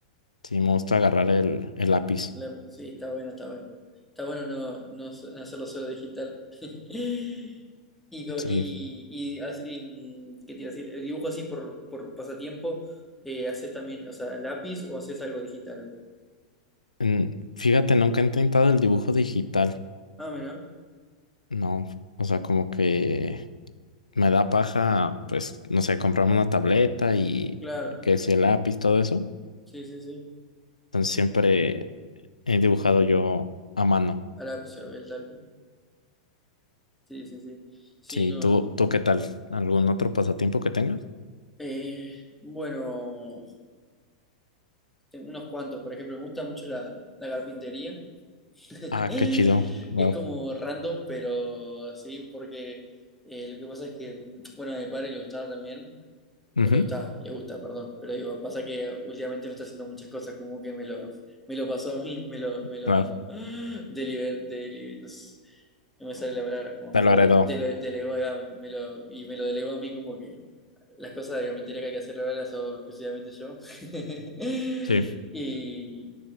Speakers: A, on the left; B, in the centre.
A: sí me gusta agarrar el, el lápiz.
B: La- sí, está bueno, está bueno. Está bueno no, no s- no hacerlo solo digital. <laughs> Y, co-
A: Sí,
B: y, y, as- y, mm, ¿qué te iba a decir? El dibujo así por, por pasatiempo, eh, ¿haces también, o sea, lápiz o haces algo digital?
A: Mm, Fíjate, nunca he intentado el dibujo digital,
B: Ah, mira,
A: no, o sea, como que me da paja, pues, no sé, comprarme una tableta y
B: claro.
A: que si el lápiz, todo eso.
B: Sí, sí, sí.
A: Entonces siempre he dibujado yo a mano.
B: A lápiz o a papel, tal cual. Sí, sí, sí. Sí,
A: Sí,
B: no.
A: ¿tú, tú qué tal? ¿Algún otro pasatiempo que tengas?
B: eh, bueno, tengo unos cuantos, por ejemplo, me gusta mucho la, la carpintería. <laughs>
A: Ah, qué chido, wow.
B: Es como random, pero sí, porque eh, lo que pasa es que, mm, bueno, a mi padre le gustaba también,
A: Ujú,
B: o le gustaba, le gusta, perdón, pero digo, pasa que últimamente no está haciendo muchas cosas, como que me lo, me lo pasó a mí, <laughs> me lo, me lo,
A: claro,
B: <gasps> deliber, deli- no, sé, no me sale la palabra, como
A: te
B: me
A: lo
B: lo
A: heredó.
B: de- dele- delegó, acá, me, me lo, y me lo delegó a mí como que las cosas de carpintería que hay que hacer ahora las hago exclusivamente yo. <laughs>
A: Sí.
B: Y,